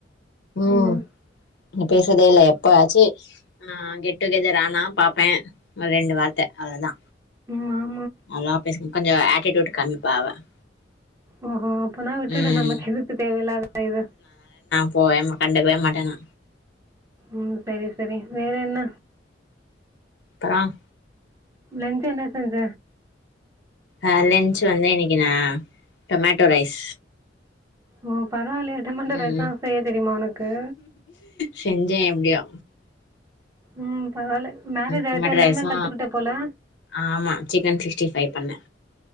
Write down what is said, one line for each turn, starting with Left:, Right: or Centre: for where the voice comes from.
Left: உம்.
Right: ம்.
Left: நீ பேசறதே இல்லை எப்பாச்சு ஆஹ் கெட் டுகெதர் ஆனா பாப்பேன் ஒரு ரெண்டு வார்த்தை அவ்ளதா
Right: உம்மா.
Left: அதா பேசன் கொஞ்சோ ஆட் கேட்டுவுட்டு காமிப்பாவ அவ
Right: ஓ ஓ அப்ப நா விட்டுடு
Left: ம்
Right: நமக்கு எதுக்கு தேவயில்லாத இது.
Left: போவேன்மா கண்டுக்குவே மாட்டேனா.
Right: உம் சரி சரி வேற என்ன.
Left: த்தரம்.
Right: லஞ்ச் என்ன செஞ்ச.
Left: ஆ லஞ்ச் வந்து இன்னைக்கு நா டொமேட்டோ ரைஸ்.
Right: ஓ பரவாயில்லையே டொமேட்டோ
Left: ம்
Right: ரைஸ்ல செய்ய தெரியுமா உனக்கு.
Left: செஞ்சே எப்பிடியோ.
Right: உம் பரவால்ல மேரேஜ்
Left: டொமேட்டோ
Right: ஆயிட்டா எல்லாமே
Left: ரைஸு
Right: கத்துக்கிட்டே போல.
Left: ஆமா சிக்கன் சிக்ஸ்டி ஃபைவ் பண்ணே